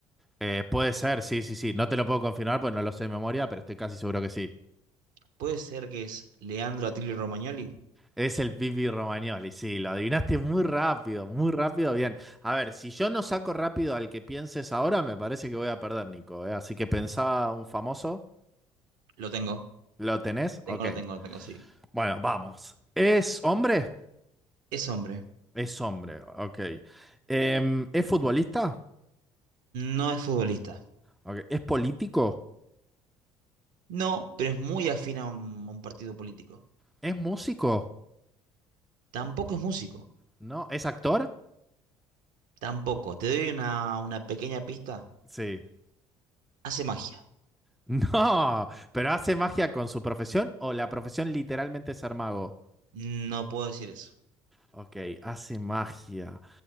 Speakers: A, in the centre; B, on the right (about 55°).
A: Eh, puede ser, sí, sí, sí. No te lo puedo confirmar porque no lo sé de memoria, pero estoy casi seguro que sí.
B: ¿Puede ser que es Leandro Atilio Romagnoli?
A: Es el Pipi Romagnoli, sí, lo adivinaste muy rápido, muy rápido, bien. A ver, si yo no saco rápido al que pienses ahora, me parece que voy a perder, Nico, ¿eh? Así que pensaba un famoso,
B: Lo tengo.
A: ¿lo tenés?
B: Tengo,
A: Ok.
B: lo tengo, lo tengo, sí.
A: Bueno, vamos. ¿Es hombre?
B: Es hombre.
A: Es hombre, ok. Em, ¿es futbolista?
B: No es futbolista.
A: Ok. ¿Es político?
B: No, pero es muy afín a un, a un partido político.
A: ¿Es músico?
B: Tampoco es músico.
A: ¿No? ¿Es actor?
B: Tampoco. Te doy una, una pequeña pista.
A: Sí. <laughs>
B: Hace magia.
A: No, pero ¿hace magia con su profesión o la profesión literalmente es ser mago?
B: No puedo decir eso.
A: Ok, hace magia.